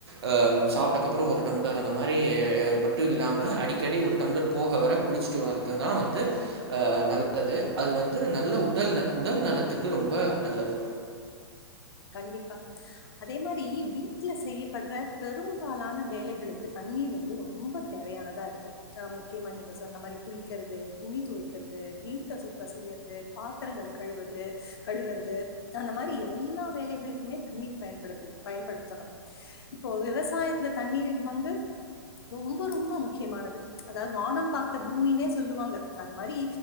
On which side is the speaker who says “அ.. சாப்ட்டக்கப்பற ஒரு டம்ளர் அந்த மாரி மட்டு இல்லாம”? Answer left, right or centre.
Right